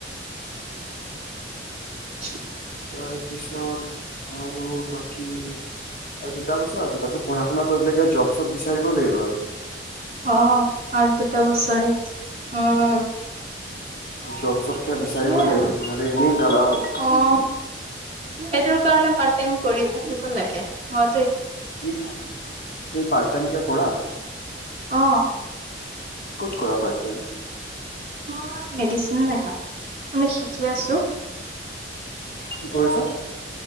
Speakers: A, on the right (about 35°); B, on the left (about 50°).
A: <inaudible>
B: তাৰপিছত আৰু বাকী আৰু দুটা বছৰ আছে তাৰপিছত পঢ়া-শুনা কৰিবলৈগে জপ চপ বিচাৰিব লাগিব।
A: অ', আৰু দুটা বছৰে আছে উম'।
B: জব-চপ কিবা
A: সেইটোয়ে
B: বিচাৰিব লাগিব
A: আৰু
B: নহ'লে এনেই জালা হ'ব।
A: অ সেইটোৰ কাৰণে পাৰ্ট টাইম কৰি থাকিব লাগে। ম
B: তুমি, তুমি পাৰ্ট টাইম কিবা কৰা। ক'ত
A: অ
B: কৰা পাৰ্ট টাইম?
A: মই মেডিচিন লাইনত শিকি আছো।
B: কি কৰিছ?